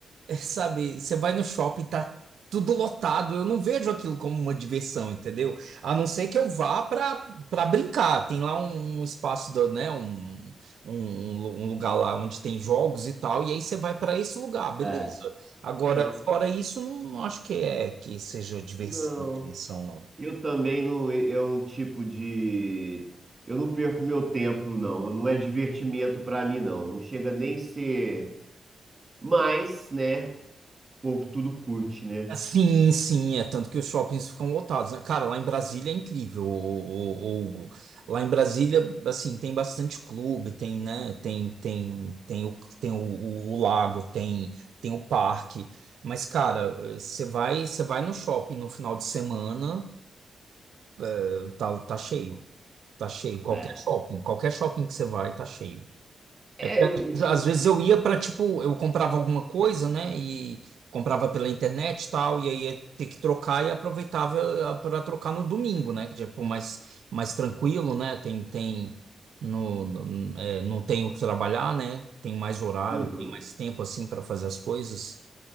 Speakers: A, on the right; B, on the right.
A: é, sabe, você vai no shopping, tá tudo lotado, eu não vejo aquilo como uma diversão, entendeu? A não ser que eu vá pra, pra brincar, tem lá um um espaço, do, né, um, um, um lu- um lugar lá onde tem jogos e tal, e aí você vai pra esse lugar, beleza.
B: É,
A: Agora,
B: Certo.
A: fora isso, não, não acho que é que seja diversão,
B: Não,
A: diversão, não.
B: eu também não, é um tipo de, eu não perco meu tempo, não, não é divertimento pra mim, não, não chega nem ser, mas, né, o povo tudo curte, né?
A: Sim, sim, é tanto que os shoppings ficam lotados, né? Cara, lá em Brasília é incrível, ô, ô, ô, Hugo. Lá em Brasília, assim, tem bastante clube, tem, né? Tem, tem, tem o, tem o, o- o lago, tem, tem o parque. Mas, cara, eh, você vai, você vai no shopping no final de semana, eh, tá, tá cheio, tá cheio. Qualquer
B: é.
A: shopping, qualquer shopping que você vai, tá cheio.
B: É,
A: É porque às vezes eu ia para, tipo, eu comprava alguma coisa, né? E comprava pela internet e tal, e aí ia ter que trocar e aproveitava para trocar no domingo, né? Que tipo, mais, mais tranquilo, né? Tem, tem, no, no- é, não tenho que trabalhar, né? Tem mais horário,
B: uhum.
A: tem mais tempo, assim, para fazer as coisas.